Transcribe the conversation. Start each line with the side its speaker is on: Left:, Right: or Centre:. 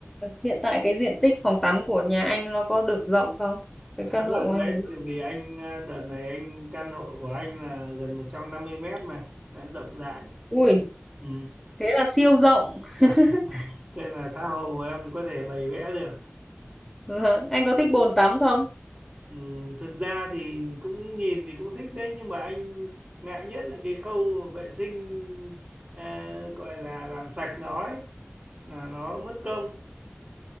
Centre: hiện tại cái diện tích phòng tắm của nhà anh nó có được rộng không cái
Right: khá
Centre: căn hộ
Right: rộng
Centre: của anh
Right: đấy
Centre: có được-
Right: tại vì anh à, đợt này anh căn hộ của anh là gần 150 mét mà đã rộng rãi
Centre: ui
Right: ừ.
Centre: thế là siêu rộng
Right: <laughs>
Centre: <laughs>
Right: thế là tha hồ em có thể bày vẽ được
Centre: Vâng, Anh có thích bồn tắm không?
Right: ừ. thực ra thì cũng nhìn thì cũng thích đấy nhưng mà anh ngại nhất là cái khâu vệ sinh à, gọi là làm sạch nó ấy, là nó mất công